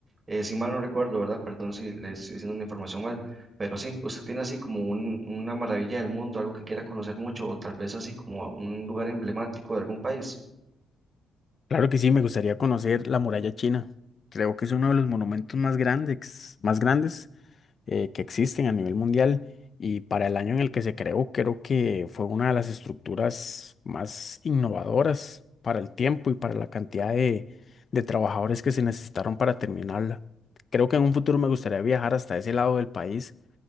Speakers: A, on the right; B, on the left.
A: eh, si mal no recuerdo, ¿verdad? Perdón si le estoy diciendo una información mal, pero sí, usted tiene así como un- una maravilla del mundo, algo que quiera conocer mucho, o tal vez así como un lugar emblemático de algún país.
B: Claro que sí, me gustaría conocer la muralla china. Creo que es uno de los monumentos más grandes, más grandes eh, que existen a nivel mundial y para el año en el que se creó, creo que fue una de las estructuras más innovadoras para el tiempo y para la cantidad de, de trabajadores que se necesitaron para terminarla. Creo que en un futuro me gustaría viajar hasta ese lado del país.